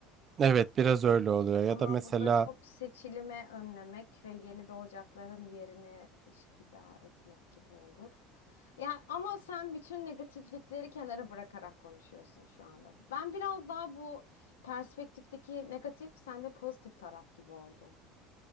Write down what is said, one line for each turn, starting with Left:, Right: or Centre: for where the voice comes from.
Right: Evet biraz öyle oluyor. Ya
Left: Ama
Right: da mesela
Left: bu da çok seçilimi önlemek ve yeni doğacakların yerine işgüdar etmek gibi olur. Yani ama sen bütün negatiflikleri kenara bırakarak konuşuyorsun şu anda. Ben biraz daha bu perspektifteki negatif, sen de pozitif taraf gibi oldun.